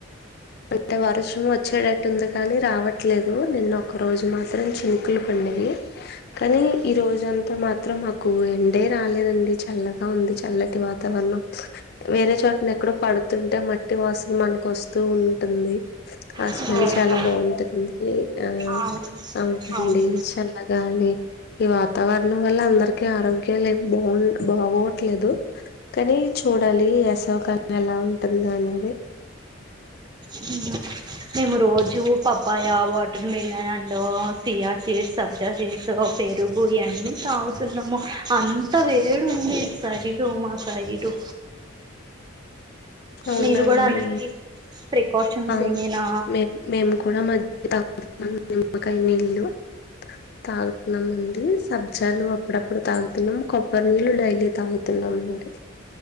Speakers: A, on the left (about 50°); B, on the right (about 20°).
A: అంటే వర్షం వచ్చేటట్టుంది కానీ రావట్లేదు నిన్న ఒక రోజు మాత్రం చినుకులు పడినవి కానీ ఈ రోజు అంత అంత మాత్రం మాకు ఎండే రాలేదండి చల్లగా ఉంది చల్లటి వాతావరణం వేరే చోటుని ఎక్కడో పడుతుంటే మట్టి వాసన మనకు వస్తూ ఉంటుంది ఆ
B: అవునా
A: స్మెల్ చాలా బాగుంటుంది ఆ
B: అవును
A: అవునండి
B: అవును
A: చల్లగాలి ఈ వాతావరణం వల్ల అందరికి ఆరోగ్యాలు ఏమి బాగు బాగోవట్లేదు కానీ చూడాలి వేసవ కాలం ఎలా ఉంటుంది అనేది
B: మ్మ్మ్మ్ మేము రోజు పప్పాయ వాటర్ మిలన్ అండ్ సియాసీస్ సబ్జాసీడ్స్ పెరుగు ఇయన్నీ తాగుతున్నాము అంత వేడు ఉంది సైడు మా సైడు
A: అవునండి
B: మీరు కూడా అలాంటి ప్రికాషన్స్
A: ఆ
B: ఏమైనా
A: మే మేము కూడా మధ్య <unintelligible> నిమ్మకాయ నీళ్ళు తాగుతున్నాం అండి సబ్జాలు అప్పుడప్పుడు తాగుతున్నాం కొబ్బరి నీళ్ళలు డైలీ తాగుతున్నాము అవునండి